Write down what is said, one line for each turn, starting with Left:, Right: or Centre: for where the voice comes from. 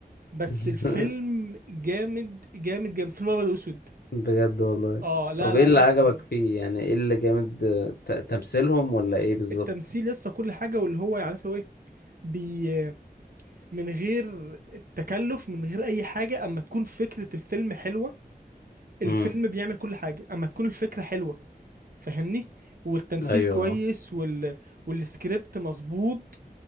Right: بس
Left: <laughs>
Right: الفيلم جامد جامد جامد فيلم ابيض واسود
Left: بجد والله
Right: اه لا
Left: طب
Right: لا
Left: ايه اللي
Right: يا
Left: عجبك
Right: اسطى
Left: فيه يعني ايه اللي جامد اه، ت- تمثيلهم ولا ايه بالظبط
Right: التمثيل يا اسطى كل حاجة واللي هو يعني عارف اللي هو ايه بي من غير التكلف من غير اي حاجه اما تكون فكره الفيلم حلوه الفيلم
Left: مم.
Right: بيعمل كل حاجه اما تكون الفكره حلوه فاهمني والتمثيل
Left: ايوه
Right: كويس وال... والسكريبت مظبوط